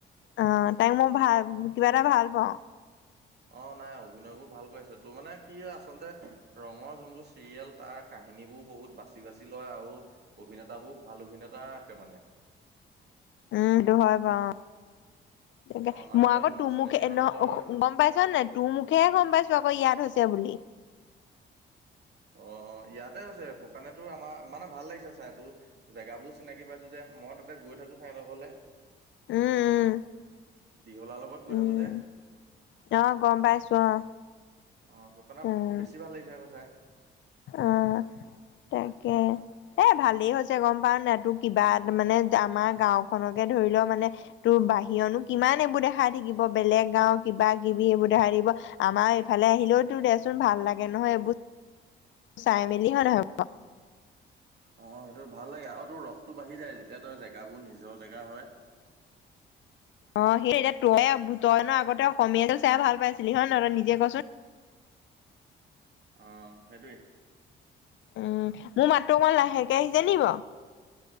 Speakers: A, on the left (about 70°); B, on the right (about 55°).
A: অ' তাইক মই ভাল কিবা এটা ভাল পাওঁ।
B: অ' নাই অভিনয় বোৰ ভাল কৰিছে। তোৰ মানে কি হয় আচলতে ৰঙৰ যোনবোৰ চিৰিয়েল। তাৰ কাহিনী বোৰ বহুত বাচি বাচি লয় আৰু অভিনেতা বোৰ ভাল অভিনেতা ৰাখে মানে।
A: উম, সেইটো হয় বাৰু। তেনেকে।
B: অ মানে
A: মই
B: তই
A: আকৌ
B: ইমচনেলি
A: তো মো কে এনে
B: মানে তই
A: গম পাইছ নাই? তো মুকে হে গম পাইছো আকৌ ইয়াত হৈছে বুলি।
B: অ', অ'। ইয়াতে হৈছে শুকানেতো আমাৰ মানে ভাল লাগিছে চাই টো জেগাবোৰ চিনাকি পাইছো যে। মই তাতে গৈ থাকো ঠাইডোখৰলে।
A: উম
B: দীঘলা লগত গৈ
A: উম
B: থাকো যে।
A: অ' গম পাইছো অ'।
B: অ' শুকানত
A: উম
B: বেছি ভাল লাগিছে আকৌ চাই।
A: অ' তাকে। এ ভালেই হৈছে, গম পাৱ নাই? তো কিবা মানে আমাৰ গাওখনকে ধৰি লও মানে তোৰ বাহিৰনো কিমান এইবোৰ দেখাই থাকিব। বেলেগ গাও কিবা কিবি এইবোৰ দেখাই থাকিব। আমাৰ এইফালে আহিলেওতো দেচোন ভাল লাগে নহয় এইবোৰ চাই মেলি হয় নহয়।
B: অ' সেইটো ভাল লাগে আৰু তোৰ ৰসটো বাঢ়ি যায়, যেতিয়া তই জেগাবোৰ নিজৰ জেগা হয়।
A: অ' সেই এতিয়া তই তই নো আগতে সমীহতক চাই ভাল পাইছিলি, হয় নহয়? তই নিজে কচোন।
B: অ' সেইটোৱেই।
A: উম। মোৰ মাতটো অকমাণ লাহেকে আহিছে নি বাৱ।